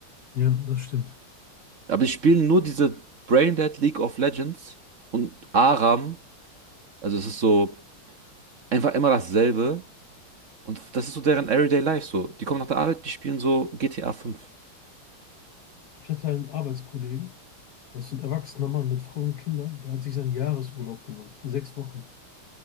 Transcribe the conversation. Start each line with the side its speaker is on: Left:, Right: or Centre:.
Left: ja, das stimmt.
Right: Aber die spielen nur diese Braindead League of Legends und Aram. Also es ist so einfach immer dasselbe. Und das ist so deren Everyday Life so. Die kommen nach der Arbeit, die spielen so GTA 5.
Left: Ich hatte einen Arbeitskollegen, Das ist ein erwachsener Mann mit Frau und Kindern, der hat sich seinen Jahresurlaub genommen. Sechs Wochen.